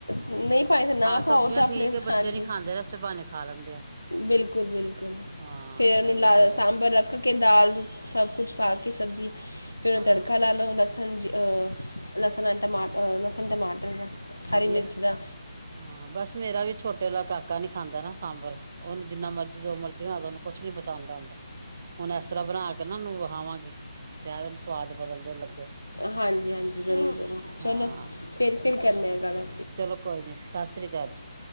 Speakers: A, on the left; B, on the right.
A: ਨਹੀਂ ਪਾਣੀ ਤੇ ਨਾ
B: ਆਹ
A: ਪਾਓ
B: ਸਬਜ਼ੀਆਂ
A: ਤੇ ਆਪਣੇ
B: ਠੀਕ ਹੈ
A: ਹਾਂਜੀ
B: ਬੱਚੇ ਨੀ ਖਾਂਦੇ ਰਸੇ ਬਹਾਨੇ ਖਾ ਲੈਂਦੇ ਆ।
A: ਬਿਲਕੁਲ-ਬਿਲਕੁਲ,
B: ਹਾਂ
A: ਫਿਰ
B: ਸਹੀ
A: ਉਹਨੂੰ ਲਾ
B: ਹੈ ਸਗੋਂ
A: ਸਾਂਬਰ ਰੱਖ ਦਾਲ ਸਭ ਕੁੱਛ ਪਾ ਕੇ ਸਬਜ਼ੀ ਫੇਰ ਉਹੇ
B: ਹਾਂ
A: ਤੜਕਾ ਲਾ ਲਓ ਉਹਦਾ। ਹਾਂਜੀ, ਅ ਲਸਣ ਅਂ ਟਮ ਲਸਣ ਟਮਟਰ ਦਾ।
B: ਵਧੀਆ
A: ਹਰੀ ਮਿਰਚ ਦਾ
B: ਹਾਂ ਬਸ ਮੇਰਾ ਵੀ ਛੋਟੇ ਵਾਲ ਕਾਕਾ ਨੀ ਖਾਂਦਾ ਨਾ ਸਾਂਬਰ। ਉਹਨੂੰ ਜਿੰਨਾ ਮਰਜ਼ੀ ਜੋ ਮਰਜ਼ੀ ਬਣਾ ਦੋ ਉਹਨੂੰ ਕੁਛ ਨੀ ਪਸੰਦ ਆਂਦਾ। ਹੁਣ ਇਸ ਤਰ੍ਹਾਂ ਬਣਾ ਕੇ ਨਾ ਉਹਨੂੰ ਵਖਾਵਾਂਗੀ ਤੇ ਸਵਾਦ ਬਦਲ ਦੇ ਲੱਗੇ।
A: ਹਾਂਜੀ-ਹਾਂਜੀ, ਜ਼ਰੂਰ-ਜ਼ਰੂਰ ਚਲੋ
B: ਹਾਂ
A: ਫੇਰ ਫਿਰ ਕਰਨੇ ਆ ਗੱਲ।
B: ਚਲੋ ਕੋਈ ਨੀ, ਸਤਿ ਸ੍ਰੀ ਅਕਾਲ ਜੀ।